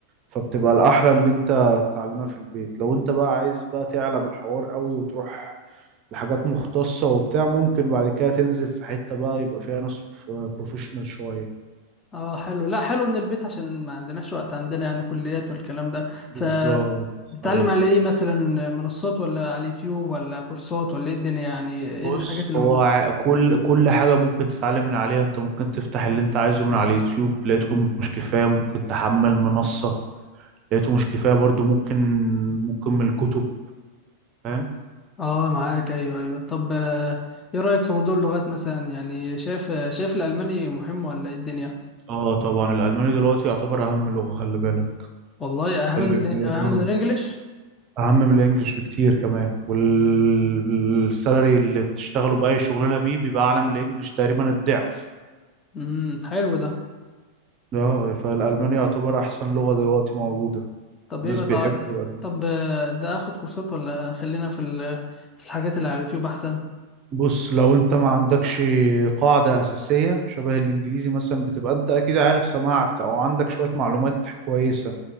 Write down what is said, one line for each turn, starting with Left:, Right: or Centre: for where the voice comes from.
Right: فبتبقى الاحلى اللي انت تتعلمها في البيت لو انت بقى عايز بقى تعلى بالحوار قوي وتروح لحاجات مختصة وبتاع ممكن بعد كده تنزل في حتة بقى يبقى فيها ناس بروفيشنال شوية
Left: اه حلو لا حلو من البيت عشان ما عندناش وقت عندنا يعني كليات والكلام ده
Right: بالظبط
Left: فتتعلم
Right: ايوه
Left: على ايه مثلا منصات ولا على اليوتيوب ولا كورسات ولا ايه الدنيا يعني ايه
Right: بص
Left: الحاجات اللي
Right: هو
Left: موجودة
Right: ع- كل كل حاجة ممكن تتعلم من عليها انت ممكن تفتح اللي انت عايزه من على اليوتيوب لقيته مش كفاية ممكن تحمل منصة لقيته مش كفاية برضو ممكن ممكن من الكتب فاهم
Left: اه معاك ايوه ايوه طب آه، ايه رأيك في موضوع اللغات مثلا يعني شايف آه، شايف الألماني مهم ولا ايه الدنيا
Right: اه طبعا الألماني دلوقتي يعتبر أهم لغة خلي بالك
Left: والله اهم
Right: اللي
Left: من ال- اهم
Right: اه
Left: من الانجليش
Right: أهم من الإنجليش بكتير كمان والسالري اللي بتشتغله بأي شغلانة بيه بيبقى أعلى من الإنجليش تقريبا الضعف
Left: امم حلو ده
Right: اه فالألماني يعتبر أحسن لغة دلوقتي موجودة
Left: طب
Right: الناس
Left: ايه بتاع
Right: بيحبوا
Left: طب آه، ده اخد كورسات ولا خلينا في ال... في الحاجات اللي على اليوتيوب احسن
Right: بص لو انت ما عندكش قاعدة أساسية شبه الإنجليزي مثلا بتبقى انت أكيد عارف سمعت أو عندك شوية معلومات كويسة